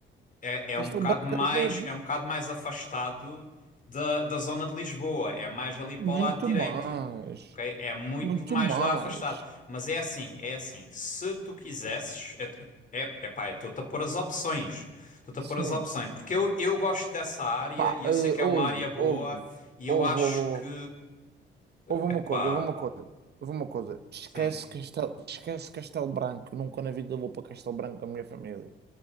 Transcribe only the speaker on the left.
É,
é um bocado
mais,
é um bocado mais afastado da, da zona de Lisboa, é mais ali
para o lado direito,
ok? É muito
mais
lá afastado. Mas é assim, é assim, se tu quisesses, é, é, é pá, eu estou-te a pôr as opções, estou-te
a pôr as opções, porque eu, eu gosto dessa área
e eu
sei que
é uma área boa
e
eu acho
que,
é pá,
sim,